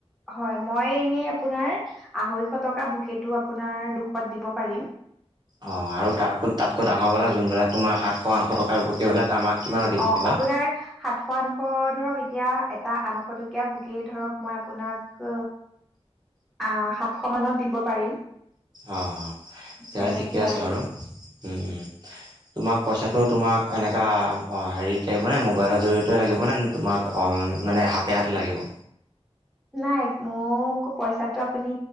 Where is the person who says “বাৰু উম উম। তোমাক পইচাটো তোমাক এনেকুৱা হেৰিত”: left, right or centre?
Right